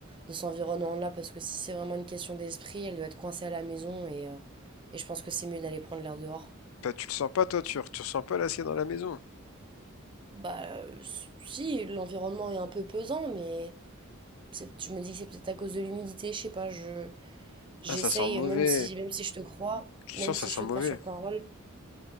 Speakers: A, on the right (about 25°); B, on the left (about 75°).
A: de cet environnement-là, parce que si c'est vraiment une question d'esprit, elle doit être coincée à la maison et, euh, et je pense que c'est mieux d'aller prendre l'air dehors.
B: Bah tu le sens pas toi, tu, tu ressens pas l'acier dans la maison.
A: Bah, euh, si, l'environnement est un peu pesant, mais. C'est- Je me dis que c'est peut-être à cause de l'humidité, je sais pas, je j'essaye,
B: Ah ça sent mauvais.
A: même si même si je te crois,
B: Tu
A: même
B: sens
A: si
B: ça sent
A: je te
B: mauvais.
A: crois sur parole,